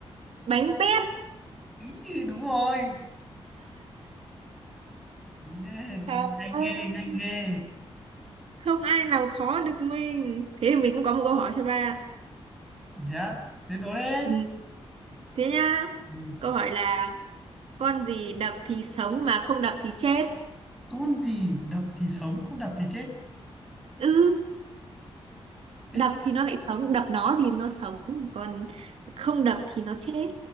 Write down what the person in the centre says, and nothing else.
ý, đúng rồi Nghe-
nhanh
ghê nhanh ghê
yeah. thế đố đấy
Ừ.
con gì đập thì sống không đập thì chết
Ê,